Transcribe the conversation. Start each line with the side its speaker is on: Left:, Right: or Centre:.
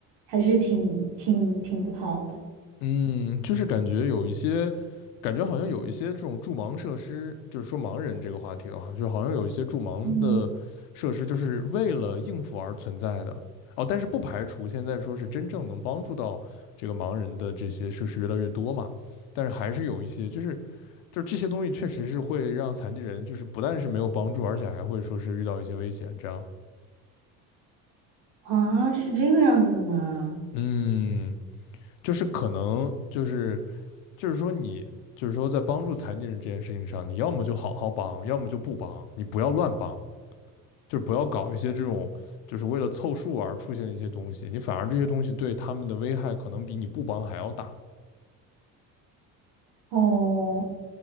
Right: 还是挺挺挺不好的。
Left: 嗯，就是感觉有一些，感觉好像有一些这种助盲设施，就是说盲人这个话题的话，就好像有一些助盲的设施，
Right: 嗯，
Left: 就是为了应付而存在的。哦，但是不排除现在说是真正能帮助到这个盲人的这些设施越来越多嘛，但是还是有一些，就是就是这些东西确实是会让残疾人就是不但是没有帮助，而且还会说是遇到一些危险这样。
Right: 啊，是这个样子的吗？
Left: 嗯，就是可能就是就是说你就是说在帮助残疾人这件事情上，你要么就好好帮，要么就不帮，你不要乱帮，就是不要搞一些这种就是为了凑数而出现的一些东西，你反而这些东西对他们的危害可能比你不帮还要大。
Right: 哦，